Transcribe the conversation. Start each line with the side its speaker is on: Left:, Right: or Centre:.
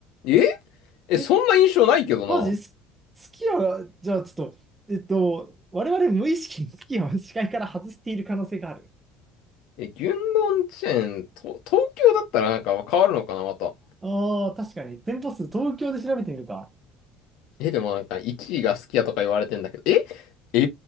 Left: ええ、
Right: え
Left: そんな印象ないけどな。
Right: マジす好きは、じゃあちょっと、えっと、我々無意識に好きを視界から外している可能性がある。
Left: え、牛丼チェーン、と、東京だったらなんか変わるのかな、また。
Right: ああ、確かに。店舗数、東京で調べてみるか。
Left: え、でもなんか1位がスきヤとか言われてんだけど、ええ